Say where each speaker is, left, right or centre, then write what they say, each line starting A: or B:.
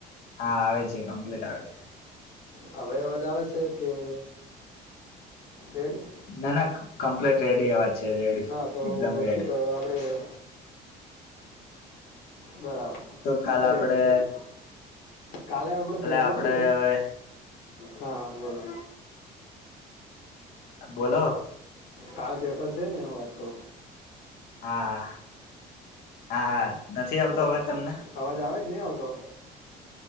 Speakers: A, on the left (about 65°); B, on the left (about 90°).
A: આવે છે કમ્પ્લીટ આવે છે.
B: હવે અવાજ આવે છે કે રેડી.
A: ના ના કમ્પ્લેટ રેડી અવાજ છે રેડી
B: હા
A: એકદમ રેડી.
B: તો આપડે. બરાબર.
A: તો કાલે
B: રેડી
A: આપડે
B: રેડી, કાલે આપડે પેપર
A: આપડે
B: છે
A: હવે
B: હા, બોલો.
A: બોલો.
B: કાલ પેપર છે ને એ વાત ક‌ઉ.
A: હા હા, હા હા, નથી આવતો
B: અ-
A: અવાજ તમને?
B: અવાજ આવે કે ની આવતો?